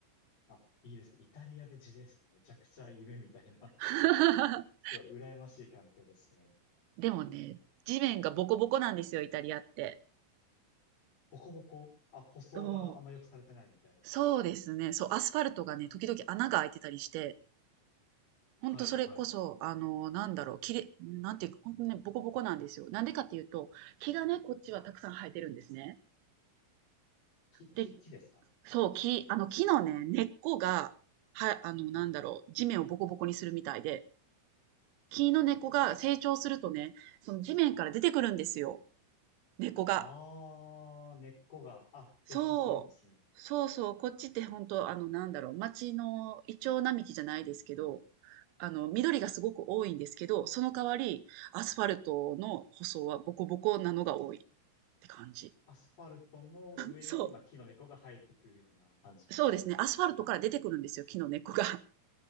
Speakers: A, on the left; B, on the right.
A: あ、いいですね。イタリアで自転車ってめちゃくちゃ夢みたいな、
B: <laughs>
A: <laughs> すごい羨ましい環境ですね。
B: でもね、地面がボコボコなんですよ、イタリアって。
A: ボコボコ、あ、舗装があんま良くされてないみたいな。
B: そう。そうですね。そう、アスファルトがね、時々穴が開いてたりして、ほんとそれこそ、
A: はい、はい。
B: あの、なんだろう、きれ、なんていうか、ほんとね、ボコボコなんですよ。なんでかっていうと、木がね、こっちはたくさん生えてるんですね。
A: 木、木、
B: で、
A: 木ですか
B: そう、木、あの、木のね、根っこが、は、あの、なんだろう、地面をボコボコにするみたいで、木の根っこが成長するとね、その地面から出てくるんですよ、根っこが。
A: ああー、根っこが、あ、
B: そう。
A: ロスするんですね。
B: そうそう、こっちって本当あの、なんだろう、町のイチョウ並木じゃないですけど、あの、緑がすごく多いんですけど、その代わり、アスファルトの舗装はボコボコなのが多いって感じ。
A: アスファルトの上に、
B: そ
A: まあ、木の根っこが生えてくるような感じってことですか
B: う。そうですね、アスファルトから出てくるんですよ、木の根っこが。<laughs>